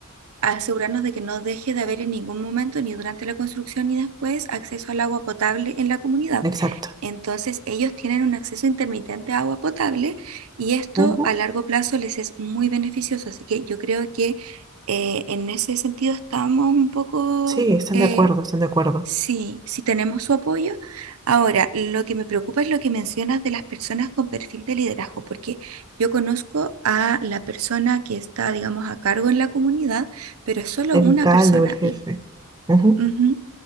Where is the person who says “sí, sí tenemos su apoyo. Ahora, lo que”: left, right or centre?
Right